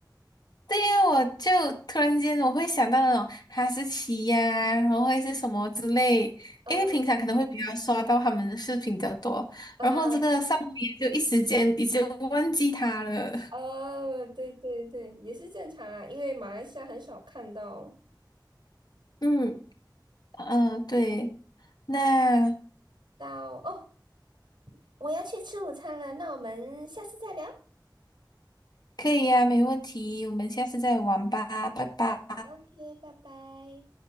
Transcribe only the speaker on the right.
哦，
嗯，
哦，对对对，也是正常啦，因为马来西亚很少看到。
那到哦，我要去吃午餐了，那我们下次再聊。
OK，拜拜。